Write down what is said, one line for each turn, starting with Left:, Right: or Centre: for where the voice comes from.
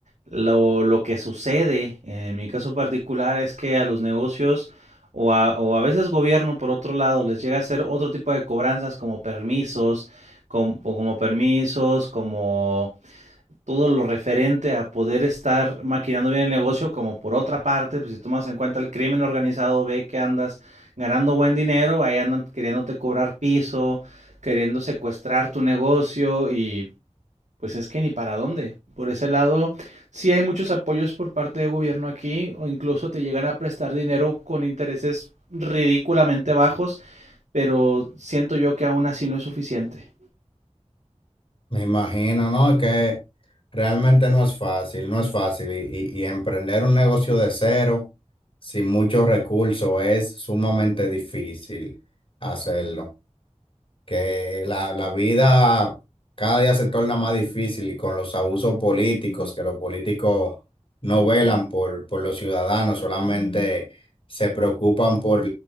Right: lo, lo que sucede, en mi caso particular, es que a los negocios o a, o a veces gobierno, por otro lado, les llega a hacer otro tipo de cobranzas como permisos, como, como permisos, como todo lo referente a poder estar maquinando bien el negocio, como por otra parte, pues si tomas en cuenta el crimen organizado, ve que andas ganando buen dinero, ahí andan queriéndote cobrar piso, queriendo secuestrar tu negocio y pues es que ni para dónde. Por ese lado, sí hay muchos apoyos por parte de gobierno aquí o incluso te llegan a prestar dinero con intereses ridículamente bajos, pero siento yo que aún así no es suficiente.
Left: Me imagino, ¿no? Que realmente no es fácil, no es fácil. Y, y- y emprender un negocio de cero, sin muchos recursos, es sumamente difícil hacerlo. que la, la vida cada día se torna más difícil y con los abusos políticos, que los políticos no velan por, por los ciudadanos, solamente se preocupan por